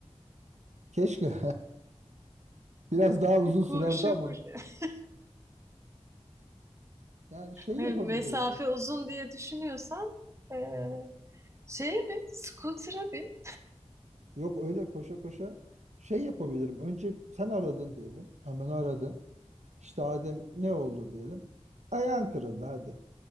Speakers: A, on the right; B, on the right.
A: <laughs> Keşke. <laughs> Biraz daha uzun
B: Koşa
A: sürerdi ama.
B: koşa. <laughs>
A: Yani şey
B: Yani
A: yapabilirdi.
B: mesafe uzun diye düşünüyorsan eee şeye bin, scooter'a bin.
A: Yok öyle koşa koşa şey yapabilirim. Önce sen aradın diyelim. Hemen aradın. İşte Adem ne oldu diyelim. Ayağın kırıldı hadi.